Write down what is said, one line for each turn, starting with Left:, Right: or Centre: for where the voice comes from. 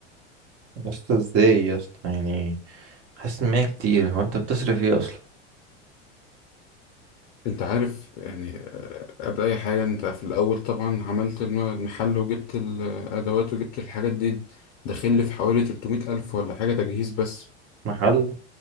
Right: يا اسطى ازاي يا اسطى يعني حاسس ان هي كتير هو انت بتصرف ايه اصلا
Left: انت عارف يعني آه، قبل اي حاجة انت في الاول طبعا عملت الم- المحل وجبت الادوات وجبت الحاجات دي داخل لي في حوالي 300 الف ولا حاجة تجهيز بس
Right: محل